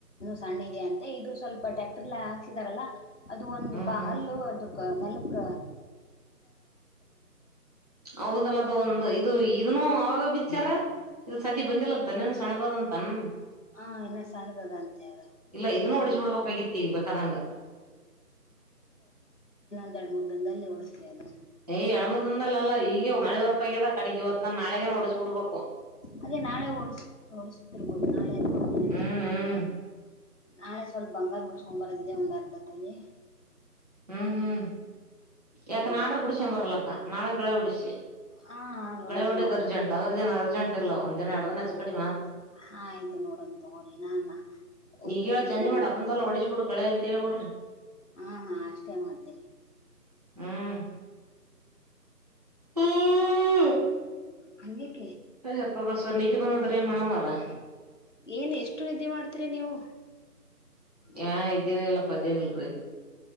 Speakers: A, on the left; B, on the right.
A: ಸಣ್ಣ ಇದೆಯಂತೆ ಇದು ಟ್ಯಾಕ್ಟರ್ ಹಾಕ್ಸಿದಾರಲ್ಲ ಅದು ಒಂದು
B: ಹ್ಮ್
A: ಬ
B: ಹ್ಮ್
A: ಹಲ್ಲು ಅದ ನೆಲ್ಕ್
B: ಹೌದಲ್ಲ ಅದು ಒಂದು ಇದು ಇದನ್ನು ಅವಾಗ ಪಿಕ್ಚರ್ ಇದು ಸದ ಬಂದಿಲ್ಲಂತ ತನ್ನನ ಸಣ್ಣದಾದ ತನ್
A: ಹಾ ಇನ್ನ ಸಣ್ಣದದಂತೆ ಅದು
B: ಇಲ್ಲ ಇದನ್ನು ಒಡಸ್ಬಿಡ್ಬೇಕಾಗಿತಿ ಬೇಕಾದಂಗ
A: ಎರಡು ಮೂರು ದಂದದಲ್ಲಿ ಓಡುಸ್ತೀನಿ ಅದು
B: ಏ್ ಯಳಮುರ್ದಿಂದಲ್ಲಲ್ಲಾ ಈಗ ಮಳೆ ಬರಪಗ್ಯದ ಕಡಗ್ ಇವತ್ ನಾ ನಾಳಗೇನ ಹೊಡಿಸ್ ಬಿಡ್ಬೇಕು
A: ಅದೇ ನಾೆ ಓ ಓಡ <inaudible> ಒನಾಳ <inaudible> ಹು
B: ಹ್ಮ್ ಹ್ಮ್
A: ನಾಳೆ ಸ್ವಲ್ಪ ಬಂಗಾರ ಬೀಡ್ಸ್ಕೊಂಡ್ ಬರದಿದೆ ಒಂದ ಕತಲ್ಲಿ <inaudible>
B: ಹ್ಮ್ ಹ್ಮ್ ಯಾಕ ನಾಡ್ದ
A: ಹೋಗ್
B: ಬಿಡಸ ಬರಲ್ಲಕ್ಕ ನಾಳೆ ಗಳಹೊಡ್ಸಿ
A: ಹಾ ನೋಡಮ್
B: ಗಳೆ ಹೊಡದ್
A: ನಾವ್
B: ಅರ್ಜೆಂಟ್ ಅದರದೆನು ಅರ್ಜೆಂಟ್ ಇಲ್ಲ ಒಂದ ಎರಡೇನ ಹೆಚ್ಚು ಕಡ್ಮಿಗುತ್ತೆ
A: ಹಾ ಆಯ್ತು ನೋಡಣ ತಗೋರಿ ನಾನ
B: ಈಗ
A: ಕೇಳ್ತೀನಿ
B: ಹೇಳ ಚೇಂಜ್ ಮಾಡಿ
A: ನಮ
B: ಅದೊಂದಲ್ಲ ಹೊಡಿಸ್ಬಿಡು ಗಳೆ ಅಂತ ಹೇಳ್ಬಿಡ್ರಿ
A: ಹ್ಮ ಹಾ ಅಷ್ಟ ಮಷ್ಟೆ ಮಾಡತ <inaudible>
B: ಹ್ಮ್ ಹ್ಮ್ಮ್ಮ್ಮ್
A: ಅೆ <inaudible>
B: ಅಪ್ಪ ಬಸವರ್ ನಿದ್ದು ಬಂದತ್ರರ ಮಣ ಮಾಡರ
A: ಏನ್ ಎಷ್ಟು ನಿದ್ದೆ ಮಾಡ್ತೀರಿ ನೀವು
B: ನ್ ಇದೇನ ಇಲ್ಲಪ್ಪ ಅದೇನ ಇಲ್ರಿ